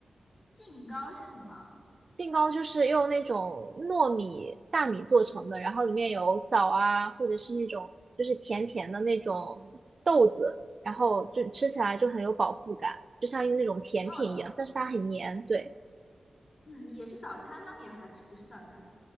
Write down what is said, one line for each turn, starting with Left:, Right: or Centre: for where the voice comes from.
Left: 净糕是什么？
Right: 杏糕就是用那种糯米大米做成的，然后里面有枣啊，或者是那种就是甜甜的那种豆子，然后就吃起来就很有饱腹感，就像用那种甜品一样，
Left: 哦，
Right: 但是它很黏。对，
Left: 嗯，也是早餐吗？也还不是不是早餐。